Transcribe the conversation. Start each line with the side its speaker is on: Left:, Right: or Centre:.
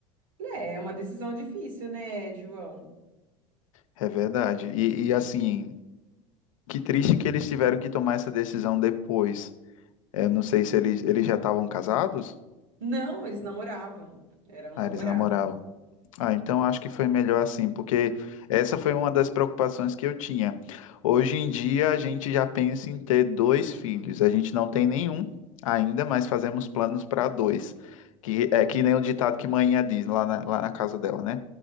Right: Falei, É, é uma decisão difícil, né, João?
Left: É verdade. E, e, assim, que triste que eles tiveram que tomar essa decisão depois. Eu não sei se eles, eles já estavam casados?
Right: Não, eles namoravam. Era um
Left: Ah,
Right: namorado.
Left: eles namoravam. Ah, então acho que foi melhor assim, porque essa foi uma das preocupações que eu tinha. Hoje em dia a gente já pensa em ter dois filhos. A gente não tem nenhum ainda, mas fazemos planos para dois. Que é que nem o ditado que manhã diz lá na, lá na casa dela, né?